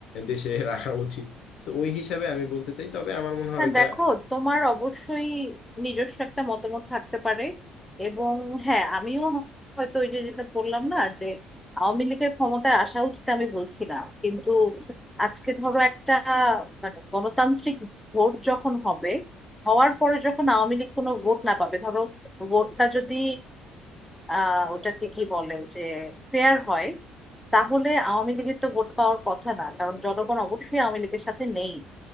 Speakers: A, on the left; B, in the centre.
A: দেশে রাখা উচিত তো ওই হিসাবে আমি বলতে চাই তবে আমার মনে হয়
B: না
A: এটা
B: দেখো তোমার অবশ্যই নিজস্ব একটা মতামত থাকতে পারে এবং হ্যাঁ আমিও হয়তো ওই যে যেটা বললাম না যে আওয়ামী লীগের ক্ষমতায় আসা উচিত আমি বলছি না কিন্তু আজকে ধরো একটা মানে গণতান্ত্রিক ভোট যখন হবে হওয়ার পরে যখন আওয়ামী লীগ কোনো ভোট না পাবে ধরো ভোটটা যদি আহ ওটাকে কি বলে যে ফেয়ার হয় তাহলে আওয়ামী লীগের তো ভোট পাওয়ার কথা না কারণ জনগণ অবশ্যই আওয়ামী লীগের সাথে নেই